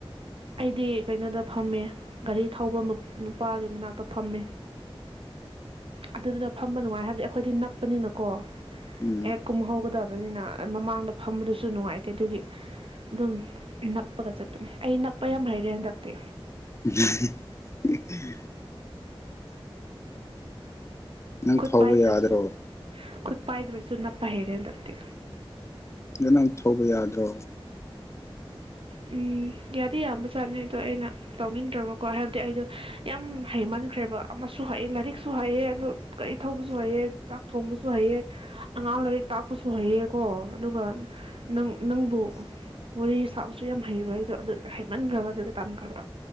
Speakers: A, on the right; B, on the left.
A: ꯑꯩꯗꯤ ꯀꯩꯅꯣꯗ ꯐꯝꯃꯦ ꯒꯥꯔꯤ ꯊꯧꯕ ꯃ ꯅꯨꯄꯥꯒꯤ ꯃꯅꯥꯛꯇ ꯐꯝꯃꯦ ꯑꯗꯨꯗꯨꯅ ꯐꯝꯕ ꯅꯨꯡꯉꯥꯏ ꯍꯥꯏꯕꯗꯤ ꯑꯩꯈꯣꯏꯗꯤ ꯅꯛꯄꯅꯤꯅꯀꯣ
B: ꯎꯝ
A: ꯍꯦꯛ ꯀꯨꯝꯍꯧꯕꯗ ꯕꯅꯤꯅ ꯃꯃꯥꯡꯗ ꯐꯝꯕꯗꯨꯁꯨ ꯅꯨꯡꯉꯥꯏꯇꯦ ꯑꯗꯨꯒꯤ ꯑꯗꯨꯝ ꯅꯞꯄꯒ ꯆꯠꯄꯅꯦ ꯑꯩ ꯅꯞꯄ ꯌꯥꯝ ꯍꯩꯔꯦ ꯍꯟꯗꯛꯇꯤ
B: ꯎꯝ <inaudible> ꯅꯪ
A: ꯈꯨꯠ
B: ꯊꯧꯕ
A: ꯄꯥꯏꯗ꯭ꯔꯁꯨ
B: ꯌꯥꯗ꯭ꯔꯣ
A: ꯈꯨꯠ ꯄꯥꯏꯗ꯭ꯔꯁꯨ ꯅꯞꯄ ꯍꯩꯔꯦ ꯍꯥꯟꯗꯛꯇꯤ
B: ꯑꯗꯣ ꯅꯪ ꯊꯧꯕ ꯌꯥꯗ꯭ꯔꯣ
A: ꯎꯝ ꯌꯥꯗꯤ ꯌꯥꯕ ꯆꯥꯠꯅꯤ ꯑꯗꯣ ꯑꯩꯅ ꯇꯧꯅꯤꯡꯗ꯭ꯔꯕꯀꯣ ꯍꯥꯏꯕꯗꯤ ꯑꯩꯗꯣ ꯌꯥꯝ ꯍꯩꯃꯟꯈ꯭ꯔꯦꯕ ꯑꯃꯁꯨ ꯍꯩ ꯂꯥꯏꯔꯤꯛꯁꯨ ꯍꯩ ꯑꯦ ꯑꯗꯣ ꯒꯥꯔꯤ ꯊꯧꯕꯁꯨ ꯍꯩꯑꯦ ꯆꯥꯛ ꯊꯣꯡꯕꯁꯨ ꯍꯩꯑꯦ ꯑꯉꯥꯡ ꯂꯥꯏꯔꯤꯛ ꯇꯥꯛꯄꯁꯨ ꯍꯩꯑꯦꯀꯣ ꯑꯗꯨꯒ ꯅꯪ ꯅꯪꯕꯨ ꯋꯥꯔꯤ ꯁꯥ ꯁꯨ ꯌꯥꯝ ꯍꯩꯕ ꯑꯩꯗꯣ ꯑꯗꯨ ꯍꯩꯃꯟꯈ꯭ꯔꯕ ꯑꯗꯨꯒ ꯇꯟꯈ꯭ꯔꯕ